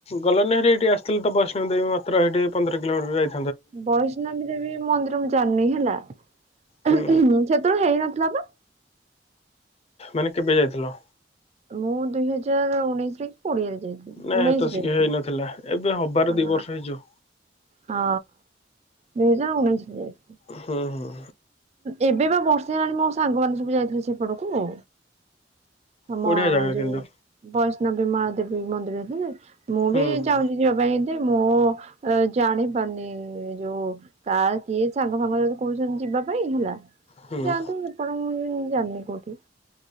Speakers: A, on the left; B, on the right.
A: ଗଲନି ସେଠିକି ଆସିଥିଲ ଟିକେ ବୈଷ୍ଣବଦେବୀ ମାତ୍ର ସେଠି ପନ୍ଦର କିଲୋମିଟର ଯାଇ
B: ବୈଷ୍ଣବୀ ଦେବୀ ମନ୍ଦିର ମୁଁ ଜାଣିନି ହେଲା
A: ହୁଁ
B: ସେତେବେଳେ ହେଇନଥିଲା ବା?
A: ମାନେ କେବେ ଯାଇଥିଲ?
B: ମୁଁ ଦୁଇ ହଜାର ଉଣେଇଶିରେ କି କୋଡିଏରେ ଯାଇଥିଲି?
A: ନାଇଁ
B: ଉଣେଇଶରେ
A: ଏତେ ଶିକ
B: ଯାଇଥିଲି।
A: ହେଇ ନଥିଲା ଏବେ ହବାର
B: ହଁ
A: ଦି ବର୍ଷ ହେଇଯିବ।
B: ହଁ, ଦୁଇ ହଜାର ଉଣେଇଶିରେ ଯାଇଥିଲି।
A: ହୁଁ ହୁଁ।
B: ଏବେ ବା ବର୍ଷେ ହେଲାଣି ମୋ ସାଙ୍ଗମାନେ ସବୁ ଯାଇଥିଲେ ସେପଟକୁ। ହଁ
A: ବଢିଆ
B: ମ
A: ଜାଗା
B: ଯୋଉ-
A: କିନ୍ତୁ
B: - ବୈଷ୍ଣବୀ ମାହାଦେବୀ ମନ୍ଦିର ବି ମୁଁ
A: ହୁଁ
B: ବି
A: ହୁଁ।
B: ଯାଉ ଯିବା ପାଇଁ ଏ ମୁଁ ଜାଣି ପାରୁନି ଯୋଉ କା କିଏ ସାଙ୍ଗ ଫାଙ୍ଗ ଯଦି କହୁଚନ୍ତି ଯିବା -- ପାଇଁ ହେଲା
A: ହୁଁ
B: ଯାଆନ୍ତୁ। ହେପଟ ମୁଁ ଜାଣିନି କୋଉଠି?